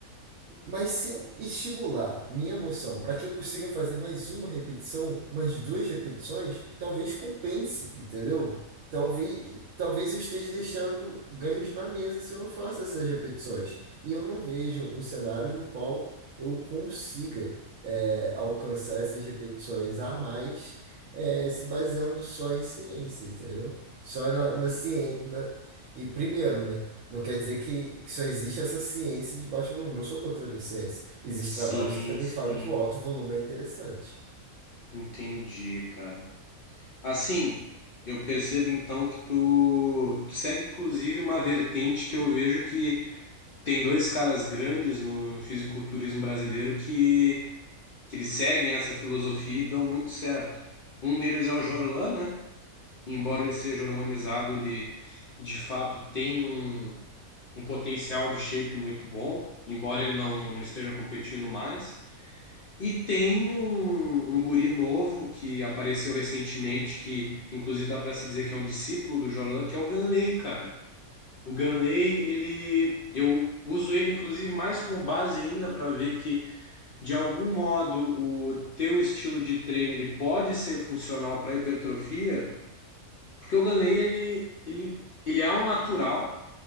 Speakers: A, on the right (about 65°); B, on the left (about 70°).
A: Mas se eu estimular minha emoção para que eu consiga fazer mais uma repetição, mais duas repetições, talvez compense, entendeu? Talvez, talvez eu esteja deixando ganhos na mesa se eu não faço essas repetições. E eu não vejo um cenário no qual eu consiga é, alcançar essas repetições a mais é, se baseando só em ciência, entendeu? Só na, na ciência. E primeiro, né? Não quer dizer que, que só existe essa ciência de baixo volume. Não sou contra a ciência. Existem
B: Sim,
A: trabalhos que também
B: sim.
A: falam que o alto volume é interessante.
B: Entendi, cara. Assim, eu percebo então que tu, tu segue inclusive uma vertente que eu vejo que tem dois caras grandes no, no fisiculturismo brasileiro que, que eles seguem essa filosofia e dão muito certo. Um deles é o Jorlan, né? Embora ele seja hormonizado, ele de fato tem um, um potencial de shape muito bom, embora ele não, não esteja competindo mais. E tem um, um guri novo que apareceu recentemente, que inclusive dá pra se dizer que é um discípulo do Jorlan, que é o Ganley, cara. O Ganley, ele, eu uso ele inclusive mais como base ainda pra ver que de algum modo o teu estilo de treino ele pode ser funcional pra hipertrofia, porque o Ganley ele, ele, ele é um natural,